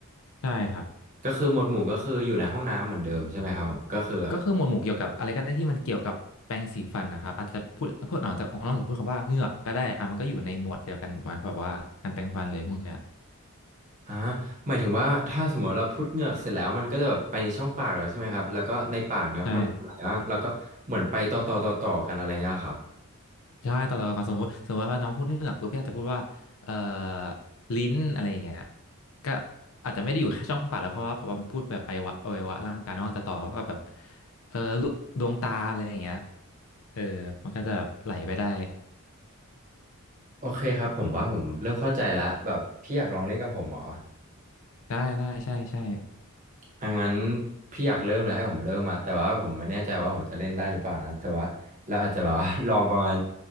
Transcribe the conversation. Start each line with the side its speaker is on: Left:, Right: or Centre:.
Left: ใช่ครับ
Right: ก็คือหมวดหมู่ก็คืออยู่ในห้องน้ำเหมือนเดิมใช่ไหมครับผมก็คือแบบ
Left: ก็คือหมวดหมู่เกี่ยวกับอะไรก็ได้ที่มันเกี่ยวกับแปรงสีฟันนะครับอาจจะพูดพูดออกจากนอกจากพูดคำว่าเหงือกก็ได้อ่ะมันก็อยู่ในหมวดเดียวกันถูกไหมแบบว่าการแปรงฟันเลยพวกเนี้ย
Right: อ่าหมายถึงว่าถ้าสมมติเราพุดเหงือกเสร็จแล้วมันก็จะแบบไปในช่องปากแล้วใช่ไหมครับแล้วก็ในปากเนี่ยมันไหลบ้างแล้วก็เหมือนไปต่อต่อต่อต่อกันอะไรเงี้ยครับ
Left: ใช่ใช่ต่อต่อกันสมมติสมมติว่าน้องพูดเหงือกปุ๊บพี่อาจจะพูดว่าเอ่อลิ้นอะไรอย่างเงี้ยก็อาจจะไม่ได้อยู่แค่ช่องปากแล้วเพราะว่าพูดแบบอวัยวะอวัยวะร่างกายเนองอาจจะต่อว่าแบบเออลูดวงตาอะไรอย่างเงี้ยเออมันก็จะแบบไหลไปได้
Right: โอเคครับผมว่าผมเริ่มเข้าใจแล้วแบบพี่อยากลองเล่นกับผมเหรอ
Left: ได้ได้ใช่ใช่
Right: อ่ะงั้นพี่อยากเริ่มเลยให้ผมเริ่มมาแต่ว่าผมไม่แน่ใจว่าผมจะเล่นได้หรือเปล่านะแต่ว่าเราอาจจะแบบว่า <laughs> ลองประมาณ